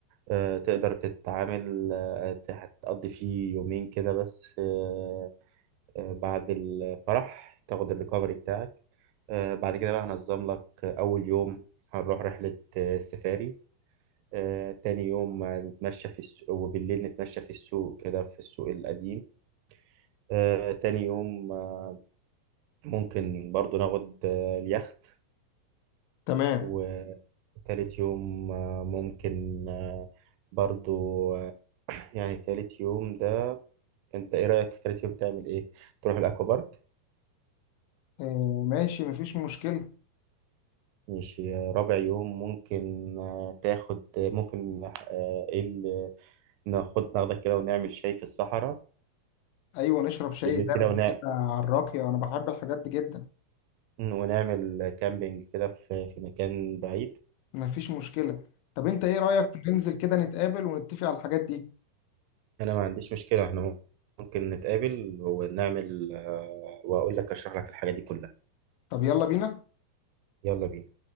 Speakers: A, on the right (about 85°); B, on the left (about 85°).
A: آه، تقدر تتعامل آه، هتقضي فيه يومين كده بس آه، آه، بعد الفرح تاخد الريكفري بتاعك آه، بعد كده بقى هنظم لك آه، أول يوم هنروح رحلة آه، سفاري آه، تاني يوم هنتمشى في السوق وبالليل نتمشى في السوق كده في السوق القديم آه، تاني يوم آه، ممكن برضو ناخد آه، اليخت
B: تمام
A: وتالت يوم آه، ممكن آه، برضو آه، <clears throat> يعني تالت يوم ده انت ايه رأيك في تالت يوم تعمل ايه تروح الاكوا بارك
B: إيه ماشي مفيش مشكلة
A: ماشي آه، رابع يوم ممكن آه، تاخد آه، ممكن آه، ايه اللي ناخد ناخدك كده ونعمل شاي في الصحراء
B: أيوة نشرب شاي
A: بالليل
B: زرد
A: كده ونعمل
B: كده على الراقية أنا بحب الحاجات دي جدا
A: ونعمل كامبينج كده في في مكان بعيد
B: مفيش مشكلة طب أنت إيه رأيك ننزل كده نتقابل ونتفق على الحاجات دي
A: انا ما عنديش مشكله احنا ممكن نتقابل ونعمل آه، واقول لك اشرح لك الحاجه دي كلها
B: طب يلا بينا
A: يلا بينا